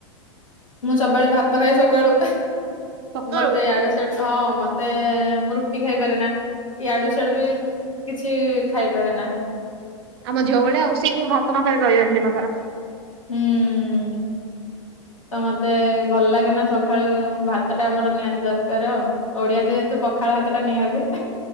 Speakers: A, on the left (about 75°); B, on the right (about 50°).
A: ମୁଁ ସବୁବେଳେ ଭାତ ଖାଏ ସକାଳୁ,
B: ସକାଳୁ
A: ମତେ ୟାଡୁ ହଁ ମତେ ମୁଁ ରୁଟି ଖାଇପାରେନା, ୟାଡୁ ସ୍ୟାଡୁ ବି କିଛି ଖାଇପାରେନା।
B: ଆମ ଝିଅ ଭଳିଆ ଆଉ, ସିଏ ବି ଭାତ ନ ଖାଇ ରହିବନି ଦିନସାରା।
A: ହୁଁ ତ ମତେ ଭଲ୍ ଲାଗେନା ସଖାଳୁ ଭାତ ଟା ମୋର ନିହାତି ଦରକାର୍ ଆଉ। ଓଡିଆ ଯେହେତୁ ପଖାଳ ଭାତଟା ନିହାତି।